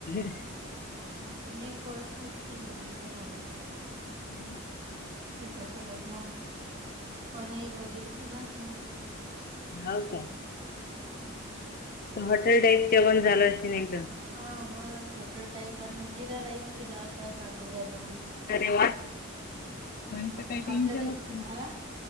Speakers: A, on the left; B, on the right.
A: <unintelligible>
B: हा ते मी करतच त मी विकत आण म.
A: रिकामा ऑडिओ
B: त्याच्यासोबत मग पनीर वगैरेची भाजी.
A: हा का.
B: हा.
A: हॉटेल टाईप ज पण झालं असे ना एकदम.
B: हा बस हॉटेल टाईप आणि जिरा राईस केला होता तांदुळ आणून.
A: अरे वा
B: हम्म.
A: म्हणचं काही टेन्शनच
B: आपल्याला
A: नाही.
B: हा